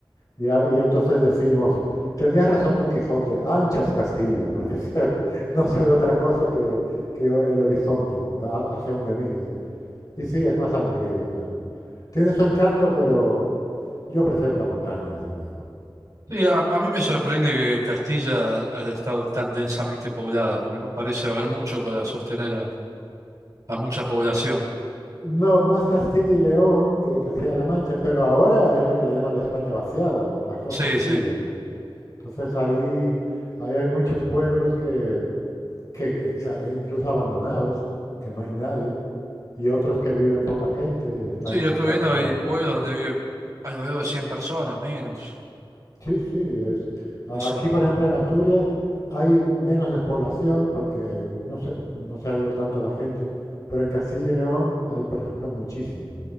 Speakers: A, on the left (about 40°); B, on the right (about 40°).
A: Y, y entonces decimos, tenías razón Don Quijote, ancha es Castilla, porque <laughs> se- no se ve otra cosa que, que el horizonte, a- hacia donde mires. Y sí, es más aburrido, claro. Tiene su encanto, pero yo prefiero la montaña, desde luego.
B: Sí, a, a mí me sorprende que Castilla haya estado tan densamente poblada, porque no parece haber mucho para sostener a, a mucha población.
A: No, más Castilla y León que Castilla-La Mancha, pero ahora es lo que le llaman la España vaciada, las dos
B: Sí,
A: Castillas.
B: sí.
A: Entonces ahí, ahí hay muchos pueblos que, que- que incluso abandonados, que no hay nadie, y otros que viven poca gente y están
B: Sí,
A: intentando
B: yo estuve viendo,
A: que
B: hay
A: vaya
B: pueblos
A: gente.
B: donde viven alrededor de 100 personas, menos.
A: Sí, sí, es,
B: Eso,
A: aquí por ejemplo en Asturias hay menos despoblación porque, no sé, no se ha ido tanto la gente, pero en Castilla y León hay por ejemplo muchísimo.